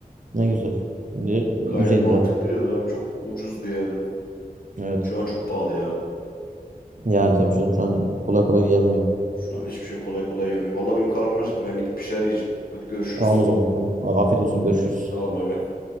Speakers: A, on the right (about 55°); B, on the left (about 70°).
A: Ne güzel. Şimdi 150
B: Gayet mantıklıydı
A: lira bu.
B: abi. Çok ucuzdu yani.
A: Evet.
B: Şu an çok pahalı ya.
A: Yani tabii canım şu an kolay kolay yenmiyor.
B: Şu an hiçbir şey kolay kolay yemiyor. Vallahi benim karnım acıktı. Ben gidip bir şeyler yiyeceğim. Hadi görüşürüz.
A: Tamam o zaman. Tamam. Afiyet olsun. Görüşürüz.
B: Sağ ol bay bay.